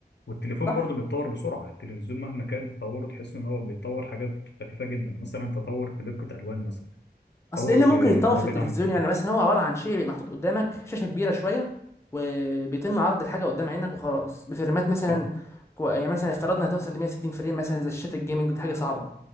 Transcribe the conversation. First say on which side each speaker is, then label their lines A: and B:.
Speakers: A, on the left (about 80°); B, on the left (about 15°).
A: والتليفون
B: صح
A: برضه بيتطور بسرعه التلفزيون مهما كان تطوره تحس ان هو بيتطور حاجات خفيفه جدا مثلا تطور في دقه الوان مثلا
B: اصل
A: تطور
B: ايه اللي
A: في
B: ممكن يتطور
A: ان هو
B: في
A: بيدعم
B: التلفزيون
A: يوتيوب
B: يعني مثلا هو عباره عن شيء بيبقى محطوط قدامك شاشه كبيره شويه وبيتم عرض الحاجه قدام عينك وخلاص بفريمات مثلا
A: صح؟
B: كو- يعني مثلا افترضنا هتوصل ل 160 فريم مثلا زي شاشات الجيمنج ودي حاجه صعبه